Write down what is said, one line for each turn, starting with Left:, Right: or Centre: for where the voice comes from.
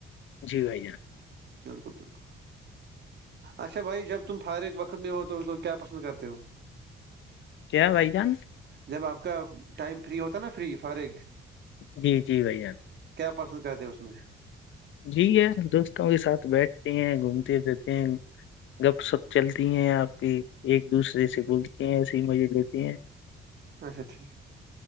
Left: جی بھیا
Right: بالکل بالکل اچھا بھائی جب تم فارغ وقت میں ہو تو کیا پسند کرتے ہو
Left: کیا بھائی جان
Right: جب آپ کا ٹائم فری ہوتا نا فری فارغ
Left: جی جی بھائی جان
Right: کیا پسند کرتے اس میں
Left: جی ہے دوستوں کے ساتھ بیٹھتے ہیں گھومتے پھرتے گپ سپ چلتی ہیں آپ کی ایک دوسرے سے گولتے ہیں ایسے ہی مزے لیتے ہیں
Right: اچھا ٹھیک